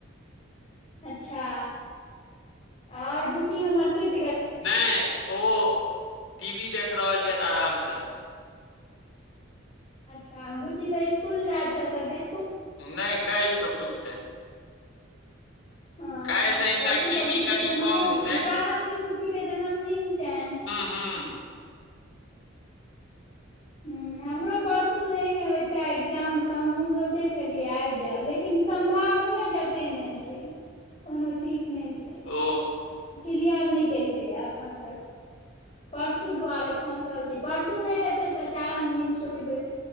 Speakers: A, on the left; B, on the left.
A: अच्छा आओर बुची हमर सुत
B: नहि ओ टी वी देख रहल छथि आरामसँ
A: अच्छा बुच्ची तऽ स्कुल जायत हेतय तऽ
B: नहि काल्हिसँ खुजतनि
A: ह
B: काल्हिसँ हिनकर
A: परसू
B: टी
A: तऽ
B: वी
A: बुच्ची
B: कनि
A: के जनमे
B: कम हेतनि
A: दिन चारम दिन बुच्ची के जन्मदिन छनि
B: हू <inaudible>
A: ह हमरो परसू नहि है ओते एग्जाम तऽ हमहहुँ सोचै छलियै आबि जायब लेकिन सम्भावने जेत ते नहि छै कोनो ठीक नहि छै
B: ओ
A: कलियर नहि कलके हय एखन तक परसू दुआरे फसल छी परसू नहि हेते तऽ चारम दिन सोचबै